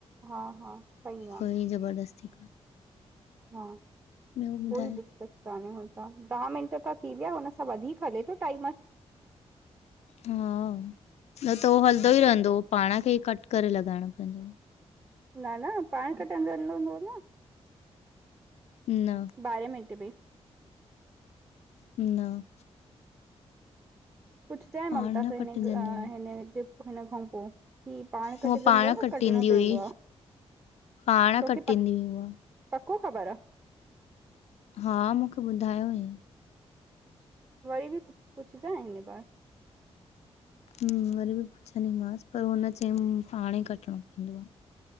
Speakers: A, on the right; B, on the left.
A: हा। हा। सही आ।
B: कोई ज़बरदस्ती।
A: हा।
B: ॿियो ॿुधायो
A: कोई दिक्कत। ॾह मिंट त थी विया हुन सां वधीक हले थो टाइमर।
B: हा। न त हो हलंदो ई रहंदो पाण खे ई कट करे लॻाइणो पवंदो।
A: न। न। पाण कटजंदो हुदो न।
B: न
A: बारहे मिंटे में।
B: न।
A: कुछु जाए
B: पाण
A: ममता
B: न
A: सां हिन,
B: कटिजंदो
A: अह
B: आहे
A: हिन जे हिन खां पोइ। ही। पाण
B: हूअ
A: कटजंदो
B: पाण
A: न
B: कटींदी
A: कटणो पवंदो
B: हुई
A: आ
B: पाण
A: तोखे
B: कटींदी
A: पा
B: हुई उहा
A: पको ख़बर आ।
B: हा। मूंखे ॿुधायो हुई।
A: वरी बि पुछ जाए हिन बार?
B: मा वरी बि पुछंदीमांसि पर हुन चय पाणे कटणो पवंदो।